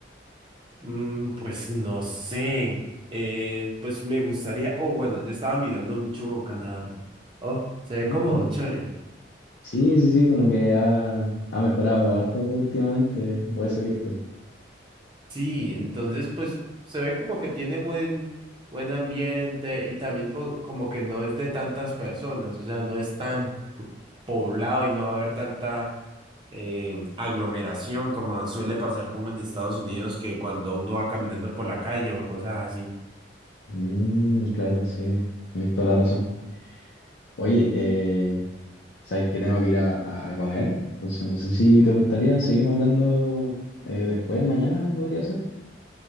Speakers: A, on the right; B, on the left.
A: Mm, pues no sé, eh, pues me gustaría, oh, bueno, yo estaba mirando mucho Canadá. Oh, se ve
B: Ah,
A: como chévere.
B: sí, sí, sí, como que ha, ha mejorado harto últimamente, o eso he visto.
A: Sí, entonces pues se ve como que tiene buen, buen ambiente y también po- como que no es de tantas personas, o sea, no es tan p- poblado y no va a haber tanta eh, aglomeración, como suele pasar como en Estados Unidos, que cuando uno va caminando por la calle o cosas así.
B: Mm, claro, sí, tenés toda la razón. Oye, eh, sabes que tengo que ir a, a comer, entonces no sé si te gustaría, seguimos hablando eh, después, mañana podría ser.